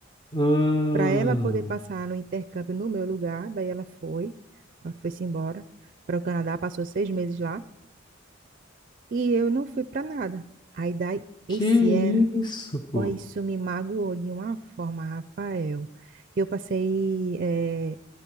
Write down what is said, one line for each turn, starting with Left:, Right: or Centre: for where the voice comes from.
Left: Hum,
Right: Para ela poder passar no intercâmbio no meu lugar, daí ela foi, ela foi-se embora para o Canadá, passou seis meses lá, e eu não fui para nada. Aí daí,
Left: que
Right: esse era,
Left: isso, pô?
Right: ó, isso me magoou de uma forma, Rafael. Eu passei, eh,